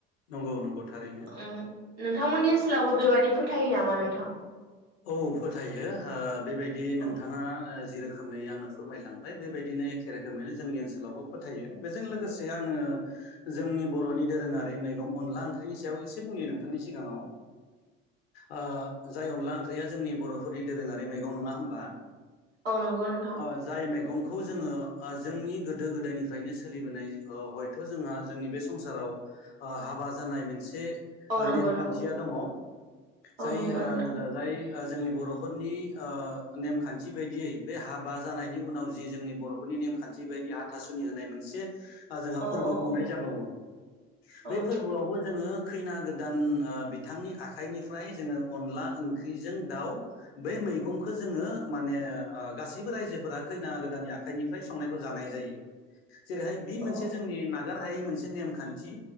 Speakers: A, on the left; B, on the right.
A: नंगौ नंगौ थारैनो
B: उम नोंथांमोननि ओनसोलावबो बेबादि फोथायो नामा नोंथां?
A: औ फोथायो ओ बेबायदि नोंथाङा
B: औ
A: ओ जि रोखोमै आंनो फोरमायलांबाय बेबायदिनो एखे रोखोमैनो जोंनि ओनसोलावबो फोथायो बेजों लोगोसे आङो जोंनि बर'नि दोरोङारि मैगं अनला ओंख्रिनि सायाव एसे बुंनि नोंथांनि सिगाङाव ओ जाय अनला ओं ख्रिआ जोंनि बर'फोरनि दोरोङारि मैगं नङा होनबा?
B: औ नंगौ नोंथां
A: ओ जाय मैगं खौ जोङो ओ जोंनि गोदो गोदायनिफ्रायनो सोलिबोनाय ओ हयथ' जोंहा जोंनि बे संसाराव ओ हाबा जानाय मोनसे
B: औ
A: ओ
B: नंगौ
A: नेमखान्थिया
B: नंगौ
A: दङ जाय
B: औ नंगौ
A: ओ
B: नोंथां
A: जाय ओ जोंनि बर'फोरनि ओ नेमखान्थि बायदियै बे हाबा जानायनि उनाव जि जोंनि बर'फोरनि नेम खान्थि बायदि हाथासुनि होननाय मोनसे- जोंहा
B: औ
A: फोरबो
B: औ
A: खुंनाय
B: औ
A: जाबावो बे
B: औ
A: फोरबोआवबो जोङो खैना गोदान ओ बिथांनि आखाइनिफ्राय जोङो अनला ओंख्रि बेजों दाउ बे मैगंखौ जोङो माने गासैबो रायजोफोरा खैना गोदाननि आखाइ निफ्राय संनायखौ जानाय जायो जेरैहाय बे मोनसे
B: औ
A: जोंनि नागार- हायै मोनसे नेमखान्थि